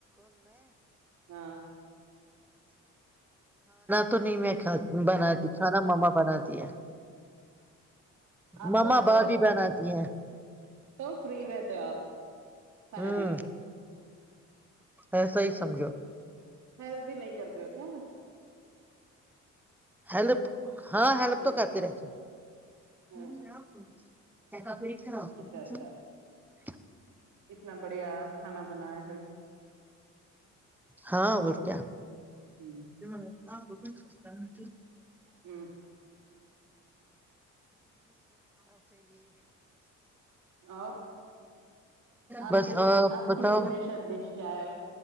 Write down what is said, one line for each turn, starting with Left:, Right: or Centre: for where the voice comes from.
Right: ہاں
Centre: تو نہیں میں کھ بناتی کھانا مما بناتی <unintelligible>
Right: آپ
Centre: مما
Right: کو
Centre: بھابھی
Right: تو
Centre: بناتی ہیں
Right: تو فری رہتے ہو آپ سارا
Centre: ہوں
Right: دن
Centre: ایسا ہی سمجھو
Right: ہیلپ بھی نہیں کرتے ہو کیا
Centre: ہیلپ ہاں ہیلپ
Right: ہ
Centre: تو کرتی رہتی
Right: ہ
Centre: ہوں آپ کا پری خرا ہوتی
Right: اچھا اچھا
Centre: ک
Right: اتنا بڑھیا کھانا بنایا ہ
Centre: ہاں وہ کیا
Right: ہ
Centre: مگراہے
Right: ہ اور آپ
Centre: بس
Right: کو آپ
Centre: بتاؤ
Right: کی سگنیشر ڈش کیا ہے